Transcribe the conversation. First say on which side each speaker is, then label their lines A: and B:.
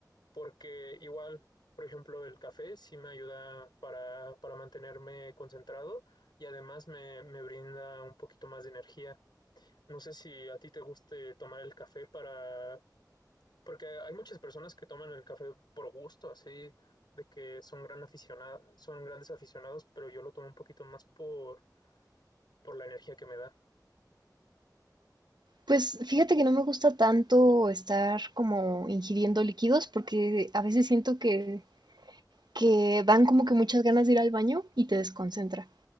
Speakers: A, on the left; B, on the right.
A: porque igual, por ejemplo, el café sí me ayuda para, para mantenerme concentrado y además me, me brinda un poquito más de energía. No sé si a ti te guste tomar el café para porque hay muchas personas que toman el café por gusto, así de que son gran aficionado, son grandes aficionados, pero yo lo tomo un poquito más por, por la energía que me da.
B: Pues fíjate que no me gusta tanto estar como ingiriendo líquidos porque a veces siento que, que dan como que muchas ganas de ir al baño y te desconcentra.